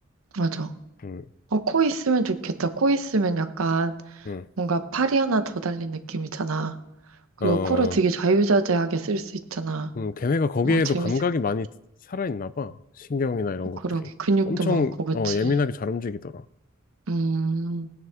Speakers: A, on the right (about 85°); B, on the left (about 40°).
A: 맞아.
B: 음,
A: 어, 코 있으면 좋겠다. 코 있으면 약간
B: 음.
A: 뭔가 팔이 하나 더 달린 느낌이잖아. 그리고
B: 어,
A: 코를 되게 자유자재하게 쓸 수 있잖아.
B: 음, 걔네가 거기에도
A: 어, 재밌을
B: 감각이 많이
A: 것
B: 살아있나 봐. 신경이나 이런
A: 같아.
B: 것들이.
A: 그러게. 근육도
B: 엄청,
A: 많고, 그치?
B: 어, 예민하게 잘 움직이더라.
A: 음,